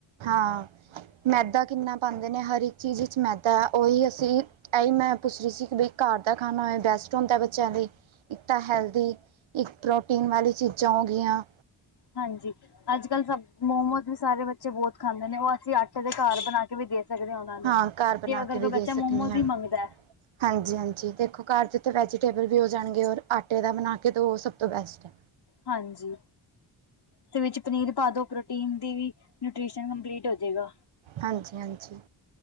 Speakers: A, on the right; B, on the left.
A: ਹਾਂ, ਮੈਦਾ ਕਿੰਨਾ ਪਾਉਂਦੇ ਨੇ ਹਰ ਇੱਕ ਚੀਜ਼ ਵਿੱਚ ਮੈਦਾ, ਉਹੀ ਅਸੀਂ ਐਹੀ ਮੈਂ ਪੁੱਛ ਰਹੀ ਸੀ ਕਿ ਬਈ ਘਰ ਦਾ ਖਾਣਾ ਹੋਏ ਬੈਸਟ ਇਕ ਹੁੰਦਾ ਬੱਚਿਆਂ ਲਈ, ਇੱਕ ਤਾਂ ਹੈਲਦੀ, ਇੱਕ ਪ੍ਰੋਟੀਨ ਵਾਲੀ ਚੀਜ਼ਾਂ ਹੋ ਗਈਆਂ
B: ਹਾਂਜੀ ਅੱਜ -ਕੱਲ ਸਭ ਮੋਮੋਸ ਵੀ ਸਾਰੇ ਬੱਚੇ ਬਹੁਤ ਖਾਂਦੇ ਨੇ, ਉਹ ਅਸੀਂ ਆਟੇ ਦੇ ਘਰ ਬਣਾ ਕੇ ਵੀ ਦੇ ਸਕਦੇ ਹੋਰ ਖਾਲੋ,
A: ਹਾਂ ਘਰ ਬਣਾ
B: ਜੇ ਅਗਰ
A: ਕੇ ਵੀ
B: ਕੋਈ
A: ਦੇ
B: ਬੱਚਾ
A: ਸਕਦੀ
B: ਮੋਮੋਸ
A: ਹਾਂ
B: ਹੀ ਮੰਗਦਾ
A: ਹਾਂਜੀ- ਹਾਂਜੀ ਦੇਖੋ ਘਰ ਦੇ ਤਾਂ ਵੈਜੀਟੇਬਲ ਵੀ ਹੋ ਜਾਣਗੇ, ਔਰ ਆਟੇ ਦਾ ਬਣਾ ਕੇ ਤਾਂ ਉਹ ਸਭ ਤੋਂ ਬੈਸਟ ਐ
B: ਹਾਂਜੀ ਤੇ ਵਿੱਚ ਪਨੀਰ ਪਾ ਦੋ ਪ੍ਰੋਟੀਨ ਦੀ ਵੀ, ਨਿਊਟੀਸ਼ਨ ਕੰਪਲੀਟ ਹੋ ਜਏਗਾ
A: ਹਾਂਜੀ- ਹਾਂਜੀ